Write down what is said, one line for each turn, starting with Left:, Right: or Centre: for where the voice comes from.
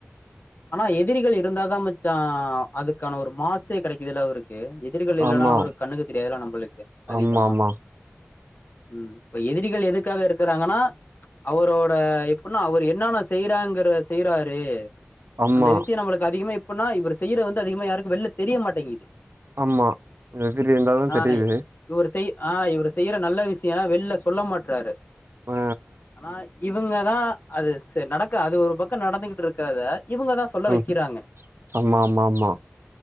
Left: ஆனா எதிரிகள் இருந்தாதா மச்சா அதுக்கான ஒரு மாசே கெடைக்குதுல அவருக்கு கே எதிரிகள் இல்லனா
Right: ஆமா
Left: அவரு கண்ணுக்கு தெரியாதுல்ல நம்பளுக்கு அதிகமா
Right: ஆமாமா
Left: ம் இப்ப எதிரிகள் எதுக்காக இருக்குறாங்கனா அவரோட எப்புட்னா அவரு என்னென்னா செய்றாங்கறத செய்றாரு
Right: ஆமா
Left: அந்த விஷ்ய நம்மளுக்கு அதிகமா எப்புட்னா இவரு செய்றது வந்து அதிகமா யாருக்கு வெள்ல தெரிய மாட்டேங்குது
Right: ஆமா எதிரி இருந்தாதா
Left: ஆ
Right: தெரியுது
Left: இவரு செய் ஆ இவரு செய்ற நல்ல விஷ்ய வெள்ல சொல்ல மாட்றாரு
Right: ஆ
Left: ஆனா இவுங்க தா அது சேர் நடக்கா அது ஒரு பக்க நடந்துகிட்ருக்கத இவுங்கதா சொல்ல
Right: ஆ
Left: வெக்கிறாங்க
Right: ம் ஆமா ஆமா ஆமா